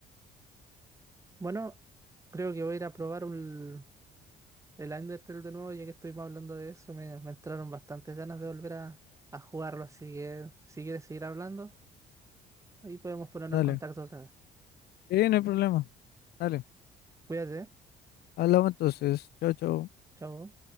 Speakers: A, on the right; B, on the left.
A: Bueno, creo que voy a ir a probar un- el Undertale de nuevo, ya que estuvimos hablando de eso. Me, me entraron bastantes ganas de volver a, a jugarlo, así que si quieres seguir hablando, ahí podemos ponernos
B: Dale.
A: en contacto otra vez.
B: Sí, no hay problema. Dale.
A: Cuídate, ¿eh?
B: Hablamos entonces. Chao, chao.
A: chao.